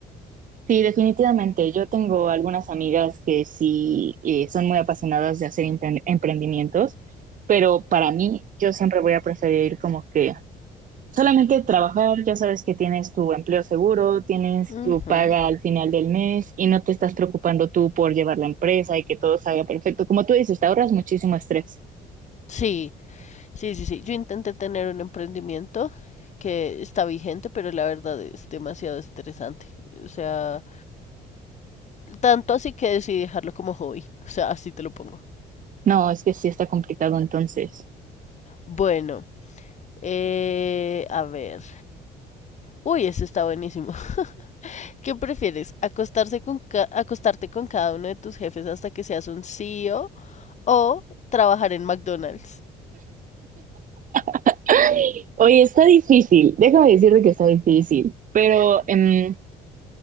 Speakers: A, on the right; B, on the left.
A: Sí, definitivamente. Yo tengo algunas amigas que sí eh, son muy apasionadas de hacer empre- emprendimientos, pero para mí yo siempre voy a preferir como que Solamente trabajar, ya sabes que tienes tu empleo seguro, tienes
B: Ujú.
A: tu paga al final del mes y no te estás preocupando tú por llevar la empresa y que todo salga perfecto. Como tú dices, te ahorras muchísimo estrés.
B: Sí, sí, sí, sí. Yo intenté tener un emprendimiento que está vigente, pero la verdad es demasiado estresante. O sea, tanto así que decidí dejarlo como hobby. <laughs> O sea, así te lo pongo.
A: No, es que sí está complicado entonces.
B: Bueno, eh, a ver. Uy, ese está buenísimo. ¿Qué prefieres? ¿Acostarse con ca- ¿Acostarte con cada uno de tus jefes hasta que seas un CEO o o trabajar en McDonald's?
A: <gasps> ¡Ay! Oye, está difícil. Déjame decirte que está difícil. Pero em,